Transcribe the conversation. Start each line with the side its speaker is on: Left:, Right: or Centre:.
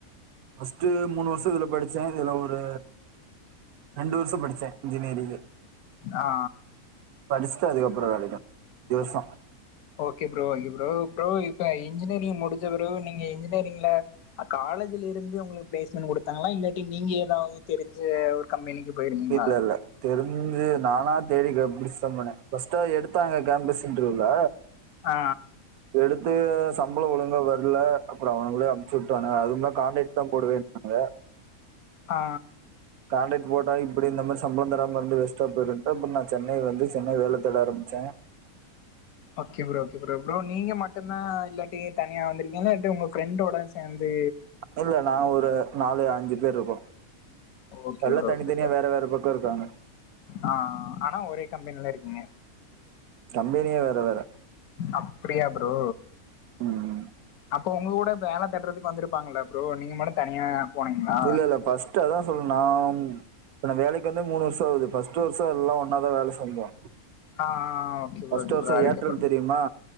Right: ஃபஸ்டு மூனு வருஷ இதுல படிச்சே இதுல ஒரு ரெண்டு வருஷ படிச்சே இன்ஜினேரிங் கு
Left: ஆ
Right: படிஸ்ட்டு அதுக்கப்புற வேலைக்கு இ வர்ஷ
Left: okay bro okay bro bro இப் இப்ப இன்ஜினியரிங் முடிச்ச பிறவு நீங்க இன்ஜினேரி்ங்ல காலேஜ்ல இருந்து உங்களுக்கு பிளேஸ்மெண்ட் குடுத்தாங்களா இல்லாட்டி நீங்க ஏதாவ தெரிஞ்ச ஒரு கம்பெனிக்கு போயிருந்தீங்களா
Right: இல்ல இல்ல தெரிஞ்சு நானா தேடி கப்டிஸ் சம்பன ஃபர்ஸ்டா எடுத்தாங்க கேம்பஸ் இன்ட்ரீவ்ல
Left: ஆ
Right: எடுத்து சம்பள ஒழுங்கா வர்ல அப்ற அவுனுங்களே அம்ச்சுட்டானுங்க அதும்லா காண்டேட்தா போடுவேன்னாங்க
Left: ஆ
Right: கான்ட்ராக்ட் போட்டா இப்டி இந்த மேரி சம்பளந் தராம இருந்து வெஸ்டா போயிருன்ட்டு அப்ற நா சென்னை வந்து சென்னை வேல தேட ஆரம்ச்சே
Left: okay bro okay bro bro நீங்க மட்டுந்தா இல்லாட்டி தனியா வந்து இங்கலட்டு உங்க ஃப்ரெண்டோட சேந்து
Right: இல்ல நா ஒரு நாலு அஞ்சு பேர்ருக்கோ
Left: ஓகே
Right: எல்லா
Left: ப்ரோ
Right: தனித்தனியா
Left: ஓகே ப்ரோ
Right: வேற வேற பக்க இருக்காங்க
Left: ஆ ஆனா ஒரே கம்பெனில இருக்கீங்க
Right: இந்த ஏரியா வேற வேற
Left: அப்டியா ப்ரோ
Right: ம்
Left: அப்போ உங்க கூட வேல தேட்றதுக்கு வந்திருப்பாங்கல்ல ப்ரோ நீங்க மட்டு தனியா போனீங்களா
Right: இல்ல இல்ல ஃபஸ்ட்டு அதா சொல் நா உம் இப்ப நா வேலைக்கு வந்து மூனு வருஷ ஆவுது ஃபஸ்ட்டு வருஷ எல்லா ஒன்னாதா வேல செஞ்சோ
Left: அ அ okay bro
Right: first
Left: okay
Right: வருஷம்
Left: bro அதுக்கப்புறோ
Right: ஏர்டெல் தெரியுமா